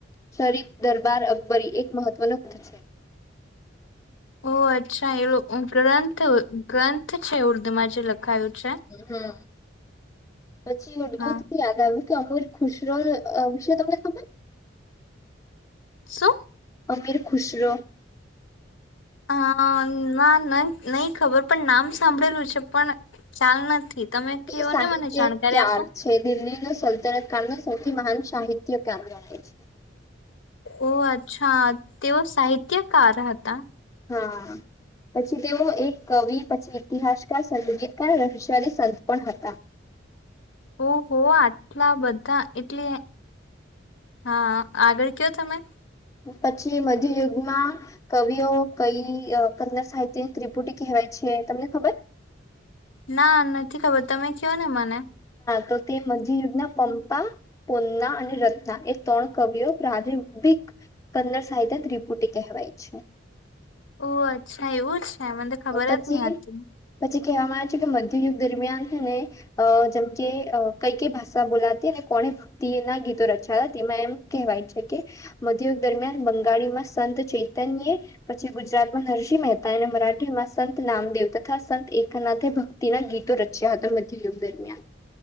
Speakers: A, on the left; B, on the left.
A: શરીફ દરબાર અકબરી એક મહત્વનો પ <unintelligible> છે.
B: ઓહ અચ્છા એ ગ્રંથ, ગ્રંથ છે ઉર્દુમાં જે લ ખાયું છે.
A: હમ પછી <unintelligible>
B: હા
A: યાદ આવ્યું મર ખુશરો વિષય તમને ખબર
B: શું
A: અમીર ખુશરો.
B: હ ના નહી ખબર પણ નામ સાંભળેલું છે પણ ખાલ નથી. તમે કયો
A: એ સાહિત્યકાર
B: ને મને જાણકારી આપો
A: છે દિલ્હી નુ સલ્તનત કાળ નો સૌથી મહાન સાહિત્યકાર ગણાય છે.
B: ઓ અચ્છા તેઓ સાહિત્યકાર હતા.
A: હા પછી તેઓ એક કવિ પછી ઇતિહાસકાર સગીતકાર રહશવાલી સંત પણ હતા.
B: ઓહો આટલા બધા એટલી હા આગળ કયો તમે.
A: પછી મધ્યયુગમાં કવિઓ કઈ કર સાહિત્ય ત્રિપુટી કહેવાય છે તમને ખબર.
B: ના નથી ખબર તમે કયો ને મને.
A: તો તે મધ્યયુ્ના પંપા પોન્ના અને રત્ના એ ત્રણ કવિઓ પ્રારંભિક કન્નડ સાહિત્ય ત્રિપુટી કહેવાય છે.
B: ઓ અચ્છા એવું જ હે મને તો ખબર
A: પછી
B: જ ની હતી.
A: પછી કહેવામાં આવે છે કે મધ્ય યુગ દરમિયાનને અ જેમ કે કઈ કઈ ભાષા બોલાતી અને કોને ભક્તિ એ ના ગીતો રચાતા તેમાં એમ કહેવાય છે કે મધ્યયુગ દરમિયાન બંગાળીમાં સંત ચૈતન્ય પછી ગુજરાત માં નરસિં મહેતા અને મરા કેમાં સંત નામદેવ તથા સંત એકનાથે ભક્તિના ગીતો રચ્યા હતા મધ્યયુગ દરમિયાન.